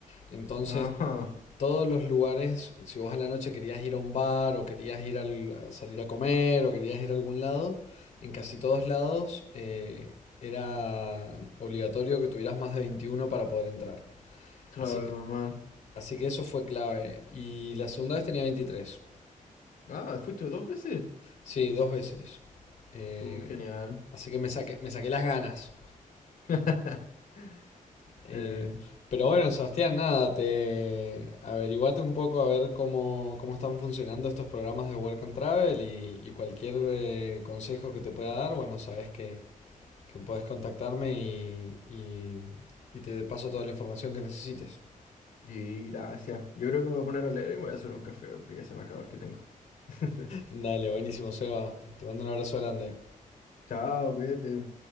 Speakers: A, on the left (about 60°); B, on the left (about 80°).
A: Entonces,
B: Ajá,
A: todos los lugares, si vos a la noche querías ir a un bar o querías ir al- a salir a comer o querías ir a algún lado, en casi todos lados eh, era obligatorio que tuvieras más de 21 para poder entrar.
B: claro,
A: Así que,
B: normal.
A: así que eso fue clave. Y la segunda vez tenía 23.
B: Ah, ¿fuiste dos veces?
A: Sí, dos veces. Eh,
B: Tú, genial.
A: así que me saqué, me saqué las ganas.
B: <laughs>
A: Eh,
B: Eh,
A: pero bueno, Sebastián, nada, te averiguate un poco a ver cómo, cómo están funcionando estos programas de Work and Travel y, y cualquier eh, consejo que te pueda dar, bueno, sabes que, que puedes contactarme y, y- y te paso toda la información que necesites.
B: Y gracias. Yo creo que me voy a poner a leer y me voy a hacer un café porque ya se me acabó el que tengo. <laughs>
A: Dale, buenísimo, Seba. Te mando un abrazo grande.
B: Chao, cuídate.